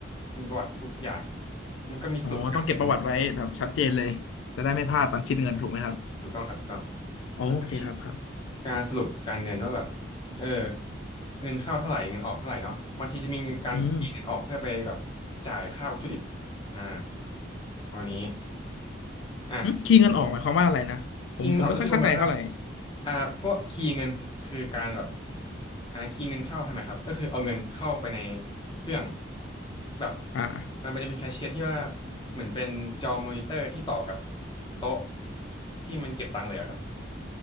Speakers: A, on the left; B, on the left.
A: มีประวัติทุกอย่างมันก็มีสรุปการเงิน
B: อ๋อต้องเก็บประวัติไว้แบบชัดเจนเลยจะได้ไม่พลาดตอนคิดเงินถูกไหมครับ
A: ครับอืมถูกต้องครับถูกต้อง
B: อ๋อโอเคครับครับ
A: แล้วก็มีการสรุปการเงินว่าแบบเออเงินเข้าเท่าไหร่เงินออกเท่าไหร่เนาะบางทีจะมีการเคลียร์เงินออกเพื่อไปแบบจ่ายค่าวัตถุดิบ
B: อืม
A: อ่าวันนี้อ่ะ
B: หึคีย์เงินออกหมายความว่าอะไรนะผมผมไม่ค่อยเข้าใจเท่าไหร่
A: คีย์เงินออกก็คือประมาณว่าอ่าพวกคีย์เงินคือการแบบอ่าคีย์เงินเข้าใช่ไหมครับก็คือเอาเงินเข้าไปในเครื่องแบบ
B: อ่า
A: อ่ามันจะมีแคชเชียร์ที่ว่าเหมือนเป็นจอมอนิเตอร์ที่ต่อกับโต๊ะที่มันเก็บตังค์เลยอะครับ